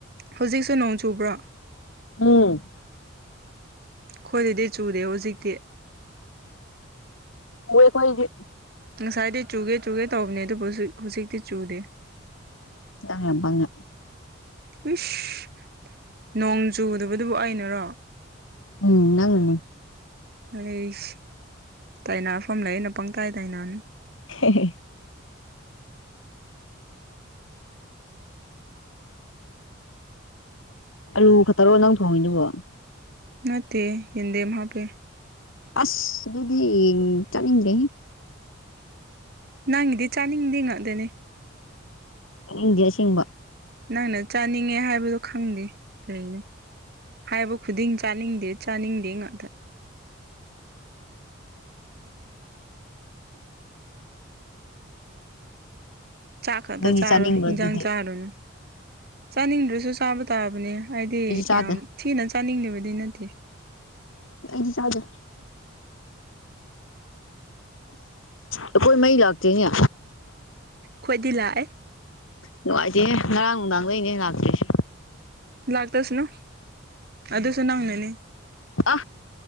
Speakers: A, on the right; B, on the left.
A: ꯍꯧꯖꯤꯛꯁꯨ ꯅꯣꯡ ꯆꯨꯕ꯭ꯔꯣ
B: ꯎꯝ
A: ꯑꯩꯣꯏꯗꯨꯗꯤ ꯆꯨꯗꯦ ꯍꯧꯖꯤꯛꯇꯤ
B: ꯑꯣꯏ ꯈꯣꯏꯗꯤ
A: ꯉꯁꯥꯏꯗꯤ ꯆꯨꯒꯦ ꯆꯨꯒꯦ ꯇꯧꯕꯅꯦ ꯑꯗꯨꯕꯨ ꯍꯧꯖꯤꯛ ꯍꯧꯖꯤꯛꯇꯤ ꯆꯨꯗꯦ
B: ꯑꯉꯄꯥꯉ
A: ꯏꯁ ꯅꯣꯡ ꯆꯨꯗꯕꯗꯨꯕꯨ ꯑꯩꯅꯔꯣ
B: ꯎꯝ ꯅꯪ
A: ꯑꯁ ꯇꯥꯏꯅꯐꯝ ꯂꯩ ꯑꯩꯅ ꯄꯪ ꯇꯥꯏ ꯇꯥꯏꯅꯅꯨ
B: ꯍ ꯍ ꯑꯂꯨ ꯈꯛꯇꯔꯣ ꯅꯪ ꯊꯣꯡꯉꯤꯗꯨꯕꯣ
A: ꯅꯠꯇꯦ ꯌꯦꯟꯗꯦꯦꯝ ꯃꯥ ꯄꯦ
B: ꯑꯁ ꯑꯗꯨꯗꯨꯗꯤ ꯆꯂꯤꯖꯦ
A: ꯅꯪꯒꯤꯗꯤ ꯆꯥꯅꯤꯡꯗꯦ ꯉꯥꯛꯗꯅꯦ
B: ꯈꯪꯗꯦ ꯑꯁꯦꯡꯕ
A: ꯅꯪꯅ ꯆꯥꯅꯤꯡꯉꯦ ꯍꯥꯏꯕꯗꯣ ꯈꯪꯗꯦ ꯀꯔꯤꯅꯣ ꯍꯥꯏꯕ ꯈꯨꯗꯤꯡ ꯆꯥꯅꯤꯡꯗꯦ ꯆꯥꯅꯤꯡꯗꯦ ꯉꯥꯛꯇ ꯆꯥꯛ ꯈꯛꯇ
B: ꯅꯪꯗꯤ
A: ꯆꯥꯔꯣ
B: ꯆꯥꯅꯤꯡꯕ꯭ꯔꯣ
A: ꯍꯟꯖꯥꯡ
B: ꯑꯗꯨꯗꯤ
A: ꯆꯥꯔꯅꯨ ꯆꯥꯅꯤꯡꯗ꯭ꯔꯁꯨ ꯆꯥꯕ ꯇꯥꯕꯅꯦ ꯍꯥꯏꯗꯤ
B: ꯑꯩꯗꯤ ꯆꯥꯗꯦ
A: ꯌꯥꯝ ꯊꯤꯅ ꯆꯥꯅꯤꯡꯗꯕꯗꯤ ꯅꯠꯇꯦ
B: ꯑꯩꯗꯤ ꯆꯥꯗꯦ ꯑꯩꯈꯣꯏ ꯃꯩ ꯂꯥꯛꯇꯦꯅꯦ
A: ꯈꯣꯏꯗꯤ ꯂꯥꯛꯑꯦ
B: ꯅꯨꯡꯉꯥꯏꯇꯦ ꯉꯔꯥꯡ ꯅꯨꯡꯗꯥꯡꯗꯩꯅꯦ ꯂꯥꯛꯇꯣꯏꯁꯦ
A: ꯂꯥꯛꯇꯁꯅꯨ ꯑꯗꯨꯁꯨ ꯅꯪꯅꯅꯤ
B: ꯑ